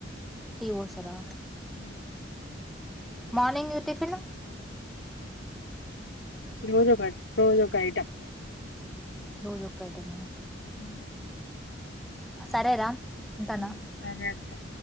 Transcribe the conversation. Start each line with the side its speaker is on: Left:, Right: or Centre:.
Centre: టీ పోస్తరా.
Left: హ్
Centre: మార్నింగ్ ది టిఫిన్
Left: రోజు ఒకటి రోజు ఒక ఐటెం.
Centre: రోజు ఒక్కటేనా.
Left: ఉ
Centre: సరేరా ఉంటానా
Left: హ్ అదే అక్కా.